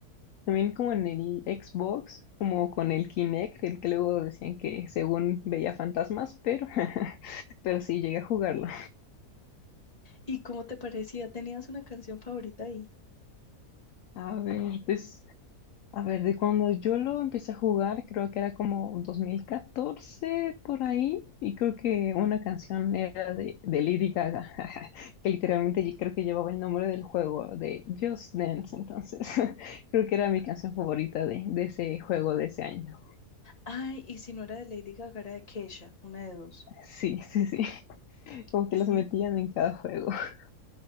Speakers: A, on the left; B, on the left.
A: también como en el Xbox, como con el Kinect, el que luego decían que según veía fantasmas, pero, <laughs> pero sí llegué a jugarlo.
B: ¿Y cómo te parecía? ¿Tenías una canción favorita ahí?
A: A ver, pues. A ver, de cuando yo lo empecé a jugar, creo que era como 2014 por ahí, y creo que una canción era de, de Lady Gaga, <laughs> que literalmente yo creo que llevaba el nombre del juego de Just Dance, entonces <laughs> creo que era mi canción favorita de, de ese juego de ese año.
B: Ay, y si no era de Lady Gaga, era de Kesha, una de dos.
A: Sí, sí, sí, <laughs> como que
B: Sí.
A: las metían en cada juego. <laughs>